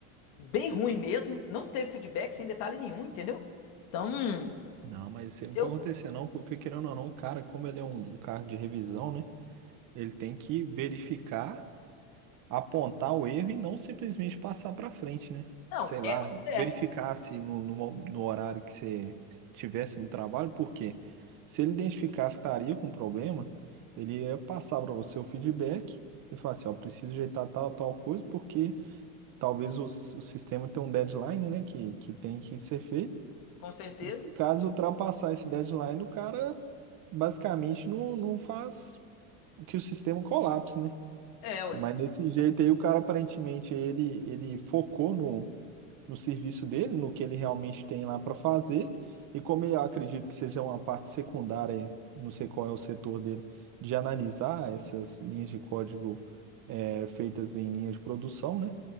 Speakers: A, on the left; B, on the right.
A: bem ruim mesmo. Não teve feedback sem detalhe nenhum, entendeu? Então,
B: Não, mas isso aí não
A: eu,
B: pode acontecer não, porque querendo ou não, o cara, como ele é um, um cargo de revisão, né? Ele tem que verificar, apontar o erro e não simplesmente passar para frente, né?
A: Não,
B: Sei lá,
A: era o certo,
B: verificar se no, no, mo- no horário que você estivesse no trabalho, porque se ele identificasse que estaria com problema, ele ia passar para você o feedback e falar assim, ó, preciso ajeitar tal, tal coisa, porque talvez o, s- o sistema tenha um deadline, né, que, que tem que ser feito.
A: com certeza.
B: E caso ultrapassar esse deadline, o cara basicamente não, não faz que o sistema colapse, né?
A: É, ué.
B: Mas nesse jeito aí, o cara aparentemente ele, ele focou no, no serviço dele, no que ele realmente tem lá para fazer. E como eu acredito que seja uma parte secundária, não sei qual é o setor dele, de analisar essas linhas de código eh, feitas em linhas de produção, né?